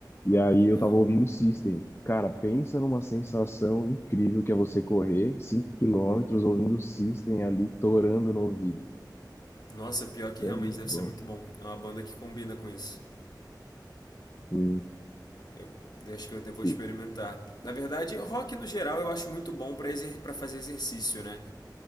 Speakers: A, on the left; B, on the left.
A: e aí eu
B: Aham.
A: tava ouvindo System. Cara, pensa numa sensação incrível que é você correr 5 quilômetros ouvindo System ali torando no ouvido.
B: Nossa, pior é que
A: É
B: realmente
A: muito
B: deve
A: bom.
B: ser muito bom. É uma banda que combina com isso.
A: E-
B: Eu acho que eu até vou
A: e-
B: experimentar. Na verdade, rock no geral eu acho muito bom para exer pra fazer exercício, né?